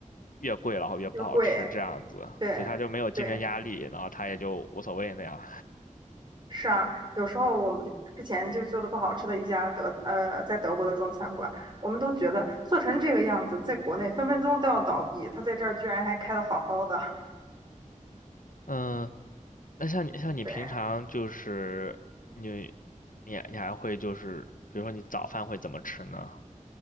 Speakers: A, on the left; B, on the right.
A: 越贵，然后越不好吃这样子，
B: 又贵，对。
A: 所以它就没有竞争压力，
B: 对。
A: 然后它也就无所谓那样。
B: 是啊，有时候我们之前就做的不好吃的一家德呃，在德国的中餐馆，我们都觉得做成这个样子，在国内分分钟都要倒闭，他在这儿居然还开的好好的。<laughs>
A: <laughs> 嗯，那像你像你平常就是你
B: 对，
A: 你你还会就是，比如说你早饭会怎么吃呢？